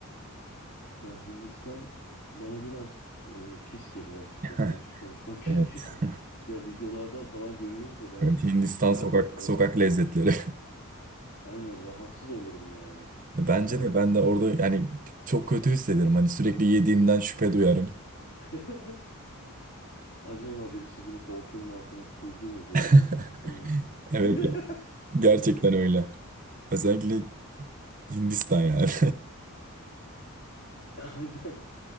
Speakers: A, on the left (about 45°); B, on the right (about 35°).
A: Ya Hindistan bana biraz e, pis geliyor açıkçası
B: <laughs>
A: açık konuşmak <laughs> gerekirse.
B: Evet.
A: Ya videolardan falan görüyoruz da ben
B: Evet, Hindistan
A: herhalde
B: sokak
A: orada
B: sokak lezzetleri.
A: aynen rahatsız olurum ya.
B: <laughs> Bence
A: Yani
B: de ben de orada yani çok kötü hissederim. Hani sürekli yediğimden şüphe duyarım.
A: <laughs> acaba birisi bunu koltuğunun altına sürdü mü diye
B: <laughs>
A: düşünme. <laughs>
B: Evet ya. Gerçekten öyle. Özellikle Hindistan yani. <laughs>
A: Aynen.